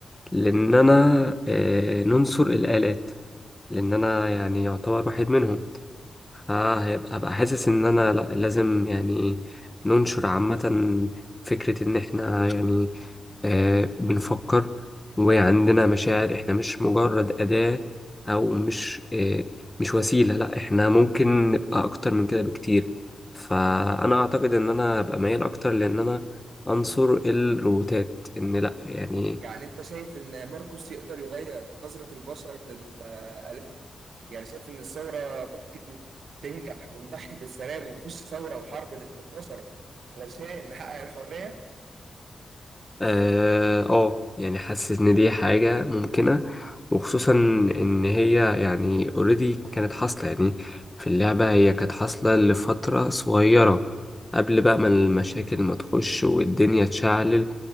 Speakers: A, on the left (about 15°); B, on the right (about 80°).
A: لان انا آه، ننصر الالات لان انا يعني يعتبر واحد منهم فهيبقى هبقى حاسس ان انا لا لازم يعني ننشر عامة فكرة ان احنا يعني آه بنفكر وعندنا مشاعر احنا مش مجرد أداة أو مش آه مش وسيلة لا احنا ممكن نبقى أكتر من كده بكتير فأنا أعتقد إن أنا أبقى ميال أكتر لأن أنا أنصر الروبوتات إن لا يعني
B: يعني انت شايف ان ماركوس يقدر يغير نظرة البشر للآلات يعني شايف ان الثورة ممكن تنجح ونضحي بالسلام ونخش ثورة وحرب ضد البشر علشان نحقق الحرية
A: اه آه، يعني حاسس ان دي حاجة ممكنة وخصوصا ان هي يعني اوريدي كانت حاصلة يعني في اللعبة هي كانت حاصلة لفترة صغيرة قبل بقى ما المشاكل ما تخش والدنيا تشعل